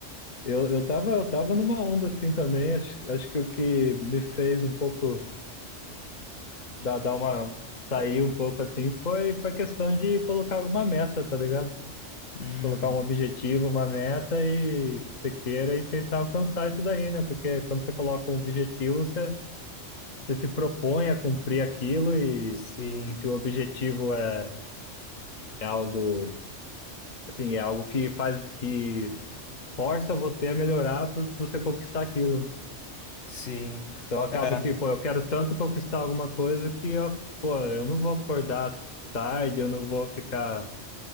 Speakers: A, on the left (about 40°); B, on the left (about 65°).
A: Eu, eu tava, eu tava numa onda assim também, acho, acho que o que me fez um pouco dar, dar uma sair um pouco assim foi foi questão de colocar alguma meta, tá ligado?
B: hum,
A: Colocar um objetivo, uma meta e que você queira e tentar alcançar isso daí, né? Porque quando você coloca um objetivo, você, você se propõe a cumprir aquilo e,
B: sim,
A: e se o objetivo é, é algo assim, é algo que faz que força você a melhorar por, por você conquistar aquilo.
B: sim,
A: Então eu acabo
B: é,
A: que, pô, eu quero tanto conquistar alguma coisa que eu, pô, eu não vou acordar tarde, eu não vou ficar